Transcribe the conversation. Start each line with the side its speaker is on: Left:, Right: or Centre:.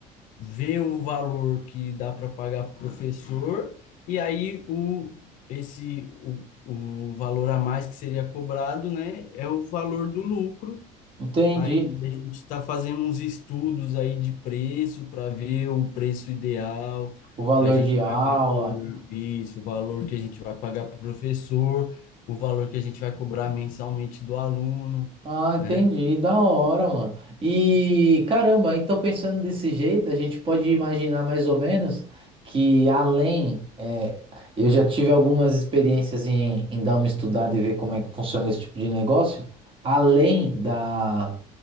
Left: vê um valor que dá para pagar para o professor, e aí o, esse, o, o valor a mais que seria cobrado, né, é o valor do lucro.
Right: entendi
Left: Aí a gente está fazendo uns estudos aí de preço para ver o preço ideal,
Right: o valor
Left: para a gente
Right: de aula.
Left: pagar por isso, o valor que a gente vai pagar para o professor, o valor que a gente vai cobrar mensalmente do aluno,
Right: Ah, entendi,
Left: né?
Right: da hora, mano. E caramba, então pensando desse jeito, a gente pode imaginar mais ou menos que além, é, eu já tive algumas experiências em, em dar uma estudada e ver como é que funciona esse tipo de negócio. Além da,